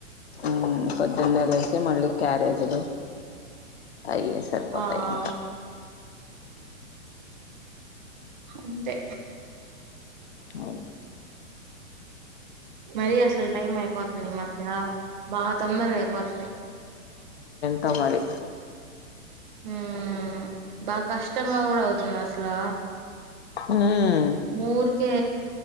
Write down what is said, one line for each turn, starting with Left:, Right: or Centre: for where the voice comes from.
Left: ఉ పొద్దున్నే లేసి మళ్ళీ క్యారేజ్లు అయే సర్పోతయి
Right: ఆ ఆ
Left: ఇంక
Right: అంతే
Left: మ <unintelligible>
Right: మరీ అసలు టైం అయిపోతుంది ఈ మధ్య బాగా తొందరగా అయిపోతన్నాయి
Left: టోమరి
Right: హ్మ్ బా కష్టంగా కూడా అవుతుంది అసలా
Left: ఉమ్
Right: ఊరికే